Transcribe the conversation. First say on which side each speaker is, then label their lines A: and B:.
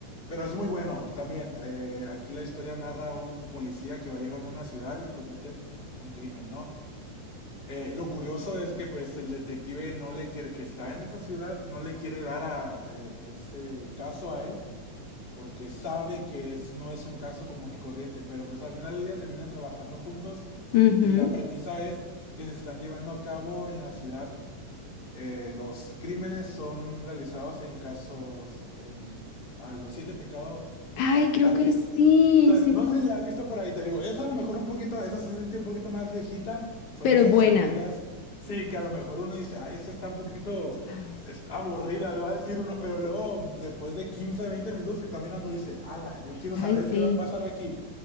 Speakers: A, on the left; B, on the left.
A: Pero es muy bueno también. eh, aquí la historia narra un policía que va llegando a una ciudad y cometen un crimen, ¿no? Eh, lo curioso es que, pues, el detective no le quiere, que está en esa ciudad, no le quiere dar a eh, ese caso a él porque sabe que es, no es un caso común y corriente, pero pues al final del día terminan trabajando juntos
B: Ujú.
A: y la premisa es que se están llevando a cabo en la ciudad eh, los crímenes son realizados en casos, en, a los siete pecados
B: Ay,
A: capitales.
B: creo que sí,
A: Ta-
B: sí
A: No
B: me la
A: sé
B: he visto.
A: si la has visto por ahí, te digo, eso a lo mejor un poquito, eso se siente un poquito más viejita, son
B: Pero
A: de esas
B: es buena.
A: películas, sí, que a lo mejor uno dice, ay, esa está un poquito
B: Ay,
A: es- aburrida, va a decir uno, pero luego después de 15, 20 minutos que está mirando dice, ala, yo quiero
B: ay,
A: saber
B: sí.
A: qué va a pasar aquí.